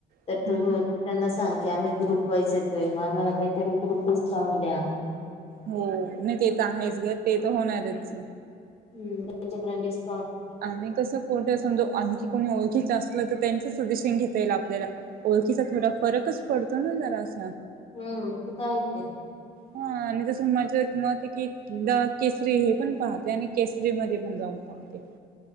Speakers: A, on the left (about 35°); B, on the right (about 60°).
A: तर
B: हम्म
A: तुम्ही त्यांना सांग की आम्ही ग्रुप वाइज येतोय मग आम्हाला काहीतरी ग्रुप डिस्काउंट द्या
B: हो नाही ते तर आहेच घर ते तर होणारच
A: हम रपचकरंडीस
B: आणि कसं कोुठे समजा आणखी कोणी ओळखीच असत त्यांच सजेशन घेता येल आपल्याला ओळखीचा थोडा फरकच पडतो ना जरा अ
A: हम्म तीथ
B: हा आणि जसं माझं मत ऐकी की एकदा केसरी हे पण पाहते आणि केसरी म पण जाऊन पाहते